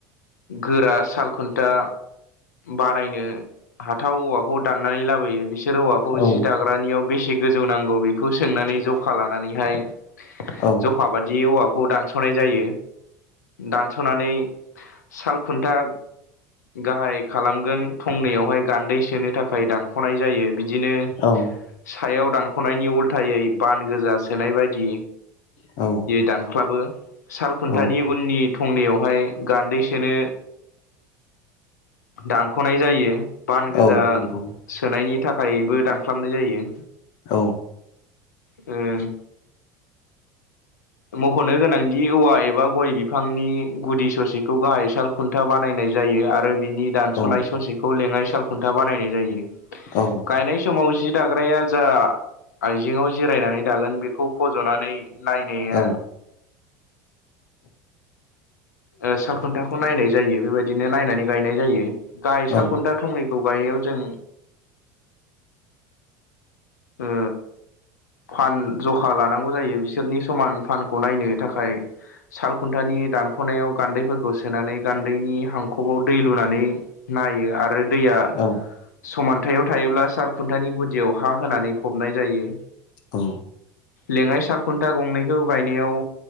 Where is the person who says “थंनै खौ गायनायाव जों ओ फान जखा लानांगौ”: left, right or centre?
Left